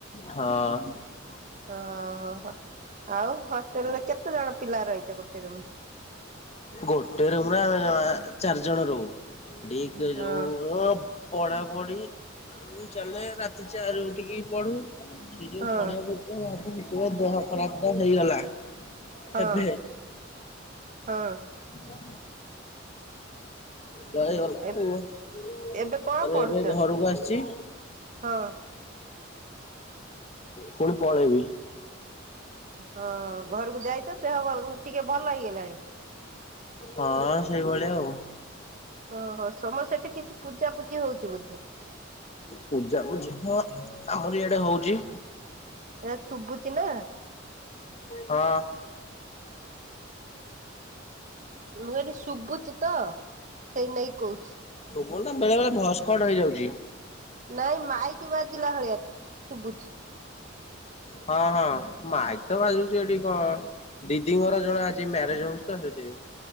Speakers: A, on the left; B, on the right.
A: ହଁ।
B: ଓହୋ ହୋ ଆଉ ହଷ୍ଟେଲରେ କେତେ ଜଣ ପିଲା ରହିଥା ଗୋଟେ? ରୁମରେ?
A: ଗୋଟେ ରୁମରେ ଆମେ ଯାମ ଚା ଜଣ ରହୁ, ହେଟି
B: ହଁ
A: ଯଉ ପଢାପଢି ଚାଲେ ରାତି ଚାରି ଉଠିକି ପଢୁ। ସେ ଯୋଉ
B: ହଁ
A: ପଢ ମା ଦେହ ଖରାପ ତ ହେଇଗଲା
B: ହଁ
A: ହେବେ
B: ହଁ
A: ହ। ରହିଗଲା
B: ଏବେ
A: ଉ
B: ଏବେ କଣ ପଢୁଛ?
A: ଏବେ ଘରକୁ ଆସିଛି।
B: ହଁ।
A: ପୁଣି ପଳେଇବି।
B: ହଁ ଘରକୁ ଯାଇ ତ ଦେହ ଅ ଟିକେ ଭଲ ହେଇଗଲାଣି?
A: ହଁ ସେଇଭଳିଆ ଆଉ।
B: ଓହୋ ସମସ୍ତେ ସେଠି କିଛି ପୂଜା ପୂଜି ହଉଛି। ବୋଧେ
A: ପୂଜା ପୂଜି ହଁ ଆମର ଇଆଡେ ହଉଛି।
B: ଏ ଶଭୁଛି ନା?
A: ହଁ।
B: ମୁଁ କହିଲି ଶୁଭୁଛି ତ ସେଇ ନାକି କହୁଛି।
A: କଣ ନା ବେଳେ ବେଳେ ଭଏସ୍ କଟ ହେଇଯାଉଛି।
B: ନାଇଁ ମାଇକି ବାଜିଲା ଭଳିଆ। ଶୁଭୁଛି।
A: ହଁ ହଁ ମାଇ ସେ ବାଜୁଛି ଏଠି କଣ ଦିଦିଙ୍କର ଜଣେ ଆଜି ମ୍ୟାରେଜ ହଉଛି ତ ସେଇଥି ପାଇଁ।